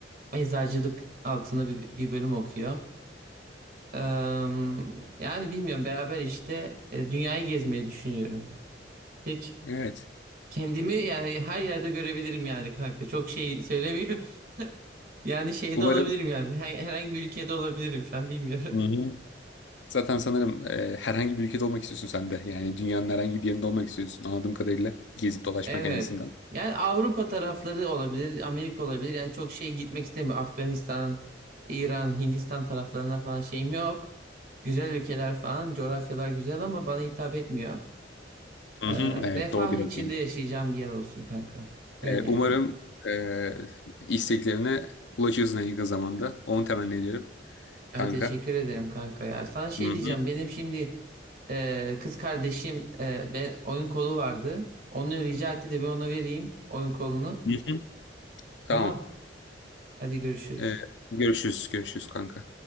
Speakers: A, on the right (about 55°); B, on the left (about 70°).
A: Eczacılık altında bir, bir bölüm okuyor. Eee, yani bilmiyorum beraber işte e, dünyayı gezmeyi düşünüyorum. Pek
B: Evet.
A: kendimi yani her yerde görebilirim yani kanka. Çok şey söylemiyorum. <laughs> Yani şeyde
B: Umarım.
A: olabilirim yani. Her- Herhangi bir ülkede olabilirim şu an bilmiyorum.
B: Hı-hı. Zaten sanırım e, herhangi bir ülkede olmak istiyorsun sen de. Yani dünyanın herhangi bir yerinde olmak istiyorsun. Anladığım kadarıyla gezip dolaşmak
A: Evet.
B: en azından.
A: Yani Avrupa tarafları olabilir, Amerika olabilir. Yani çok şey gitmek istemiyorum. Afganistan, İran, Hindistan taraflarına falan şeyim yok. Güzel ülkeler falan, coğrafyalar güzel ama bana hitap etmiyor.
B: Hı-hı.
A: Ee,
B: Evet,
A: refah
B: doğu biraz
A: içinde
B: öyle.
A: yaşayacağım bir yer olsun kanka. Öyle
B: E, umarım
A: yani.
B: e, isteklerine ulaşırsın en yakın zamanda. Onu temenni ediyorum kanka.
A: Ya teşekkür ederim kanka ya. Sana şey
B: Hı-hı.
A: diyeceğim. Benim şimdi e, kız kardeşim e, be- oyun kolu vardı. Onu rica etti de ben ona vereyim oyun kolunu.
B: Hı hı. Tamam.
A: Tamam. Hadi görüşürüz.
B: Ee, görüşürüz. Görüşürüz kanka.